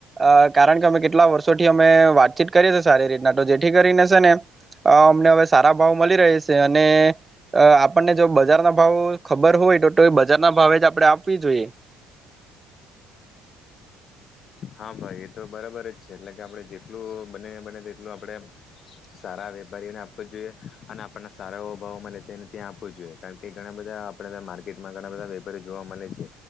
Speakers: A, on the right; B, on the left.
A: અ કારણ કે અમે કેટલા વર્ષોથી અમે વાતચીત કરીએી સારી રીતના તો જેથી કરીને શે ને અ અમને હવે સારા ભાવ મળી રહેશે છે અને આપણને જો બજારના ભાવ ખબર હોય તો તો એ બજાર ના ભાવે જ આપડે આપવી જોઈએ
B: હા ભાઈ એ તો બરાબર જ છે એટલે કે આપડે જેટલું બને એમજ તેટલું આપણે સારા વેપારીઓને આપવ જોઈએ અને આપણને સારા એવા ભાવોમાં મળે તે ને ત્યાં આપવું જોઈએ કારણ કે ઘણા બધા આપણે માર્કેટમાં ઘણા બધા વેપારીઓ જોવા મળે છે